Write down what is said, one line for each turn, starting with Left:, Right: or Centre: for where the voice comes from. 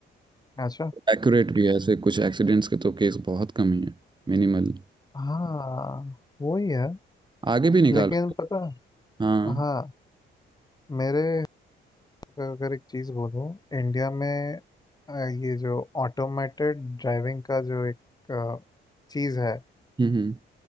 Left: अच्छा
Right: एक्यूरेट भी है ऐसे कुछ एक्सीडेंट्स के तो केस बहुत कम ही है मिनिमल
Left: हाँ वही है
Right: आगे भी निकालो
Left: लेकिन पता
Right: हाँ
Left: हाँ मेरे अगर एक चीज़ बोलूँ इंडिया में अ, ये जो ऑटोमेटेड ड्राइविंग का जो एक अ, चीज़ है
Right: हम्म हम्म